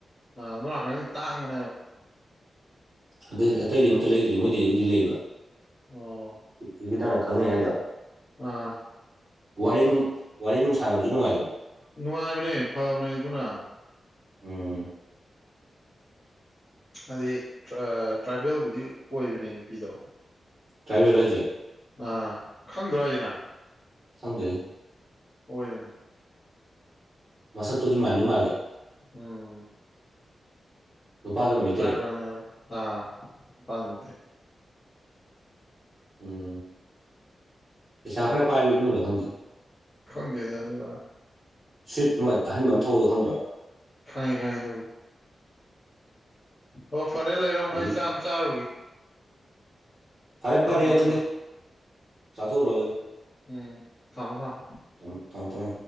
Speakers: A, on the left; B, on the right.
A: ꯑ ꯑꯗꯨ ꯂꯥꯛꯀꯅꯤ ꯇꯥꯡꯕꯅꯦꯕ
B: ꯑ ꯑꯇꯩꯗꯤ ꯑꯝꯇ ꯂꯩꯗ꯭ꯔꯤ ꯃꯣꯏꯗꯗꯤꯕꯨꯗꯤ ꯂꯩꯕ
A: ꯑꯣ
B: ꯍꯧꯒꯤꯇꯪꯅ ꯈꯪꯅꯩ ꯍꯥꯏꯒ
A: ꯑꯥ
B: ꯋꯥꯔꯤ ꯅꯨꯡ ꯋꯥꯔꯤ ꯅꯨꯡ ꯁꯥꯟꯅꯕꯁꯨ ꯅꯨꯡꯉꯥꯏ
A: ꯅꯨꯡꯉꯥꯏꯕꯅꯦ ꯐꯕꯅꯦ ꯑꯗꯨꯅ
B: ꯎꯝ
A: ꯑꯗꯨꯗꯤ ꯇ꯭ꯔꯥꯏꯕꯦꯜꯕꯨꯗꯤ ꯑꯣꯏꯕꯅꯦ ꯅꯨꯄꯤꯗꯣ
B: ꯇ꯭ꯔꯥꯏꯕꯔꯖ
A: ꯑ ꯈꯪꯗ꯭ꯔꯥꯁꯤꯅ
B: ꯐꯪꯗꯦ
A: ꯑꯣꯏꯣꯏꯕꯅꯤ
B: ꯃꯁ ꯇꯨꯔꯤ ꯃꯥꯅꯤ ꯃꯥꯂꯦ
A: ꯎꯝ
B: ꯅꯨꯄꯥꯗꯨꯅ ꯃꯩꯇꯩ
A: ꯇ꯭ꯔꯥꯏꯕꯕ ꯑꯥ ꯃꯤꯇꯦ
B: ꯎꯝ ꯄꯩꯁꯥ ꯈꯔ ꯄꯥꯏꯕ ꯏꯃꯨꯡꯗ ꯈꯪꯗꯦ
A: ꯈꯪꯗꯦꯗ ꯑꯗꯨꯒꯀ
B: ꯁ꯭ꯋꯤꯞ ꯑꯃ ꯇꯥꯍꯟꯕ ꯑꯃ ꯊꯧꯕꯗꯣ ꯈꯪꯗ꯭ꯔꯥ
A: ꯈꯥꯏ ꯈꯌꯦꯗ ꯑꯣ ꯐꯔꯦ ꯂꯩꯔꯣ
B: ꯍꯧꯖꯤꯛ
A: ꯑꯩ ꯆꯥꯝ ꯆꯥꯔꯨꯒ
B: ꯐꯔꯦ ꯐꯔꯦ
A: ꯂꯥꯝꯈꯠꯂꯦ
B: ꯑꯗꯨꯗꯤ ꯆꯥꯊꯣꯛꯎꯔꯣꯑꯣ ꯑꯗꯨꯗꯤ
A: ꯎꯝ ꯊꯃꯗꯥ
B: ꯊꯝꯃꯦ ꯊꯝꯃꯦ